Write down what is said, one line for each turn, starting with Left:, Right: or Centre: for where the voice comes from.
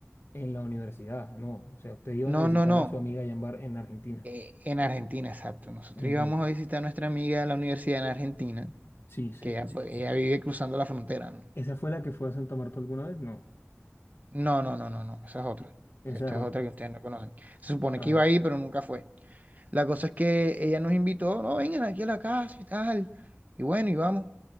Left: en la universidad. No, o sea, ustedes iban
Right: No,
Left: a visitar
Right: no, no,
Left: a su amiga allá en Bar- en Argentina.
Right: eh, en Argentina, exacto. Nosotros
Left: Ujú.
Right: íbamos a visitar a nuestra amiga de la universidad en Argentina,
Left: Sí, sí.
Right: que ella, pues, Sí. ella vive cruzando la frontera, ¿no?
Left: ¿Esa fue la que fue a Santa Marta alguna vez? No.
Right: No, no, no, no, no, esa es otra.
Left: Esa
Right: Esta
Left: es otra.
Right: es otra que ustedes no conocen. Se supone
Left: Ajá.
Right: que iba ahí, pero nunca fue. La cosa es que ella nos invitó, no, vengan aquí a la casa y tal. Y bueno, y vamos.